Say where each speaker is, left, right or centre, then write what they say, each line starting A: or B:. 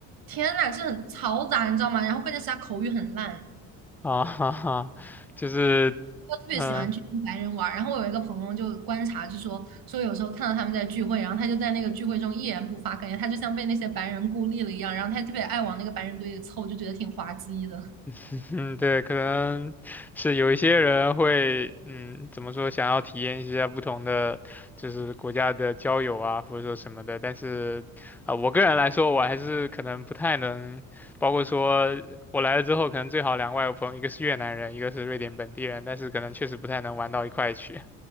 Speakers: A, on the right; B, in the centre.
A: 天呐，就很嘈杂，你知道吗？然后关键是他口语很烂，
B: <laughs> 啊，哈哈，就是
A: 我特别喜欢去跟白人玩儿然后我有一个朋友就观察，
B: 嗯、呃
A: 就说说有时候看到他们在聚会，然后他就在那个聚会中一言不发，感觉他就像被那些白人孤立了一样。然后他特别爱往那个白人堆里凑，就觉得挺滑稽的。<laughs>
B: <laughs> 嗯，对，可能是有一些人会，嗯，怎么说，想要体验一下不同的，就是国家的交友啊，或者说什么的。但是，啊、我个人来说，我还是可能不太能，包括说我来了之后，可能最好两个外国朋友，一个是越南人，一个是瑞典本地人，但是可能确实不太能玩到一块去。